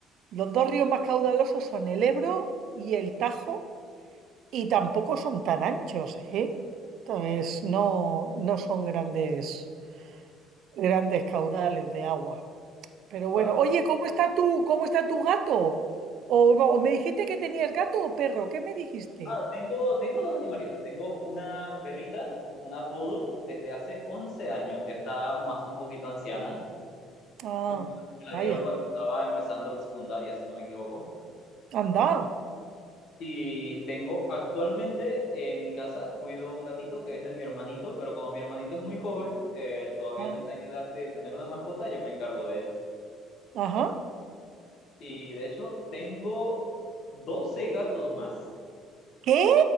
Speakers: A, on the right (about 60°); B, on the left (about 50°).
A: los dos ríos más caudalosos son el Ebro y el Tajo, y tampoco son tan anchos, ¿eh? Entonces, no, no son grandes Grandes caudales de agua. Pero bueno,
B: Va,
A: oye, ¿cómo está tu, cómo está tu gato? O, no, me dijiste que tenías gato o perro, ¿qué me dijiste?
B: Ah, tengo, tengo dos animalitos. Tengo una perrita, una poodle, desde hace 11 años. Ya está más un poquito anciana.
A: Ah,
B: Em- Me la
A: vaya,
B: dieron cuando estaba empezando la secundaria, si no me equivoco.
A: anda.
B: Y tengo actualmente en mi casa, cuido un gatito que es de mi hermanito, pero como mi hermanito es muy joven, eh, todavía
A: Ah,
B: no está en edad de tener una mascota, yo me encargo de él.
A: ajá.
B: Y de hecho, tengo 12 gatos más.
A: ¿Qué?